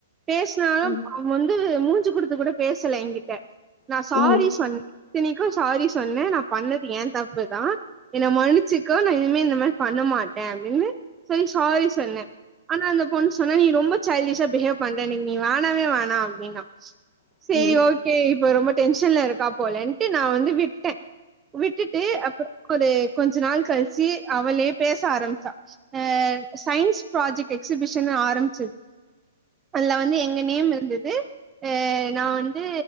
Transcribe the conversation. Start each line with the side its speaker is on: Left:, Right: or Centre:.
Right: பேசினாலோ
Left: ம் ம்
Right: அவ் வந்து மூஞ்சு குடுத்து கூட பேசல என்கிட்ட நா
Left: ம்
Right: சாரி
Left: ம் ம் ம்
Right: சொன் இத்தினிக்கோ சாரி சொன்ன நா பண்ணது ஏ தப்புதா என்ன மன்னிச்சிகோ நா இனிமே இந்த மாரி பண்ண மாட்ட அப்டின்னு சொல்லி சாரி சொன்ன ஆனா அந்த சொன்னா நீ ரொம்ப சைல்டிஷா பிஹேவ் பண்றனு நீ வேனவே வோனா அப்டீன்னா
Left: ம்
Right: சரி
Left: ம் ம் ம் ம் ம்
Right: ஓகே இப்ப ரொம்ப டென்ஷன்ல இருக்கா போலன்ட்டு நா வந்து விட்டே விட்டுட்டு அப்புறம் ஒரு கொஞ்ச நாள் கழிச்சு அவளே பேச ஆரம்பிச்சா அ சயின்ஸ் ப்ராஜெக்ட் எக்ஸ் பிஷன் ஆரம்பிச்சுது அதுல வந்து எங்க நேம் இருந்தது அ நான் வந்து